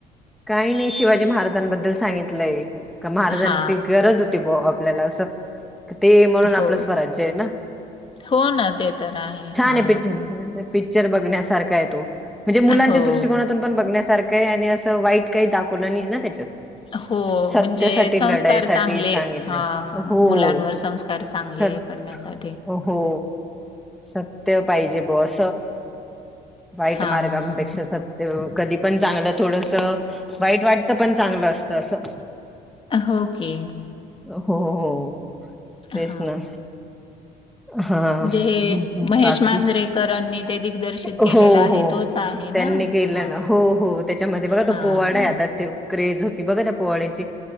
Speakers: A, in the centre; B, on the left.
A: काही नाही शिवाजी महाराजांबद्दल सांगितलंय का महाराजांची
B: हा
A: गरज होती बॉ आपल्याला असं. ते म्हणून आपलं
B: हो
A: स्वराज्य आहे ना्
B: हो ना ते तर
A: छान
B: हा
A: आहे पिच पिक्चर बघण्यासारखा आहे तो, म्हणजे मुलांच्या
B: हो
A: दृष्टिककोनातून पण बघण्यासारखं आहे. आणि, असं अ वाईट काही, दाखवलं नाही ना त्याच्यात.
B: अ हो
A: सत्यासाठी
B: म्हणजे संस्कार
A: लढाईसाठी
B: चांगले.
A: सांगितलंय.
B: हः
A: हो.
B: मुलांवर संस्कार चांगले.
A: सत
B: आण्यासाठी
A: हो. सत्य पाहिजे बुवा असं, वाईट
B: हां,
A: मार्गांपेक्षा
B: हां.
A: सत्य कधी पण चांगलं थोडस वाईट वाटतं पण, चांगलं असतं असं.
B: अ, होके
A: हो हो. तेच
B: हा..
A: ना. हां.
B: जेहे महेश
A: बाकी
B: मांजरेकरांनी ते दिग्दर्शित केलेला
A: हो,
B: आहे.
A: हो.
B: तोच, आहे
A: त्यांनी
B: ना?
A: केलं
B: हां,
A: हो हो त्याच्यामध्ये तो बघा
B: हां.
A: पोवाडा आता ते, क्रेज होती बघा त्या, पोड्याची